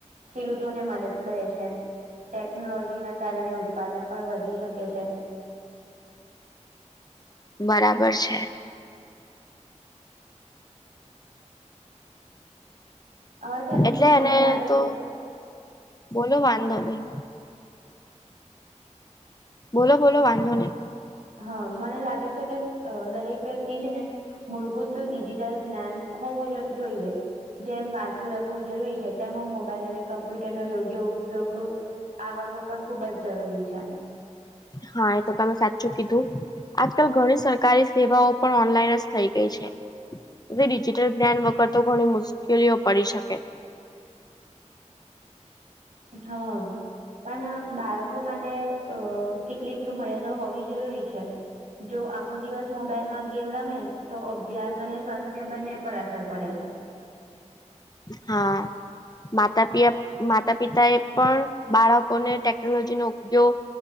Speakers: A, on the right (about 85°); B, on the left (about 30°).
A: ખેડૂતોને મદદ કરે છે ટેકનોલોજી ના કારણે ઉત્પાદન પણ વધી શકે છે
B: બરાબર છે
A: હવે છે ને
B: એટલે
A: મને
B: એને
A: લાગે
B: તો
A: છે
B: બોલો વાંધો નહી બોલો બોલો વાંધો નહી
A: હા મને લાગે છે કે દરેક વ્યક્તિ છે ને મૂળભૂત ડિજિટલ જ્ઞાન હોવું જોઈએ જેમ વાંચવું લખવું જરૂરી છે તેમ હ મોબાઈલ અને કમ્પ્યુટર નો યોગ્ય ઉપયોગ આવડવો પણ ખુબ જ જરૂરી છે
B: હા એ તો તમે સાચું કીધું આજકાલ ઘણી સરકારી સેવાઓ પણ ઓનલાઈન જ થઈ ગઈ છે પી ડિજિટલ ધ્્યાન વગર તો ઘણી મુશ્કેલીઓ પડી શકે
A: હા પણ બાળકો માટે અ કેટલીક મર્યાદો હોવી જરૂરી છે જો આખો દિવસ મોબાઈલમાં ગેમ રમે તો અભ્યાસ અને સ્વાસ્થ્ય બંને પર અસર પડે છે
B: હા માતા પ માતા પિતા એ પણ બાળકોને ટેકનોલોજીનોો ઉપયોગ